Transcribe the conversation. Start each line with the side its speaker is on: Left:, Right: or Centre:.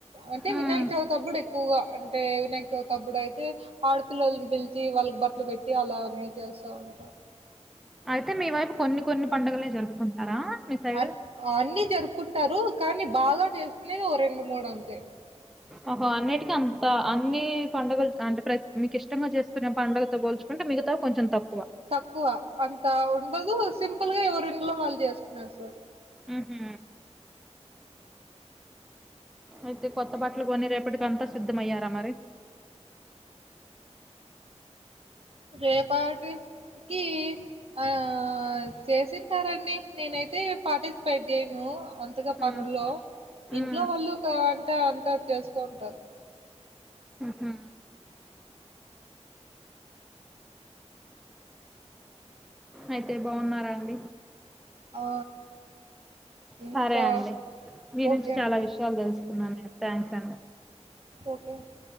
Right: అంటే
Centre: ఉమ్.
Right: వినాయక్ చవితప్పుడు ఎక్కువగా అంటే వినాయక్ చవితప్పుడు అయితే ఆడపిల్లోలని పిలిచి వాళ్లకి బట్టలు పెట్టి అలా అన్నీ చేస్తా ఉంటారు
Centre: అయితే మీ వైపు కొన్ని కొన్ని పండుగలే జరుపుకుంటారా మీ సైడ్
Right: అన్ అన్ని జరుపుకుంటారు కానీ బాగా చేసుకునేది ఓ రెండు మూడు అంతే
Centre: ఒహో అన్నిటికీ అంత అన్ని పండుగలు అంటే ప్ర మీకు ఇష్టంగా చేసుకునే పండుగతో పోల్చు అంటే మిగతావి కొంచం తక్కువ
Right: తక్కువ అంత ఉండదు సింపుల్ గా ఎవరి ఇండ్లో వాళ్ళు చేసుకునేస్తారు
Centre: హుమ్ హు అయితే కొత్త బట్టలు కొని రేపటికి అంతా సిద్ధమయ్యారా మరి
Right: రేపాటి కి ఆ చేసింటారండి నేనైతే పార్టిసిపేట్ చేయను అంతగా పనుల్లో
Centre: ఉమ్. ఉమ్.
Right: ఇంట్లో వాళ్ళు ఒక అంట అంతా చేసుకో ఉంటారు
Centre: ఆహా అయితే బావున్నారా అండి
Right: ఆ ఇంకా
Centre: సరే అండి మీనుంచి
Right: ఓకే
Centre: చాలా
Right: అండి
Centre: విషయాలు తెలుసుకున్నాను థ్యాంక్స్ అండి
Right: ఓకే అండి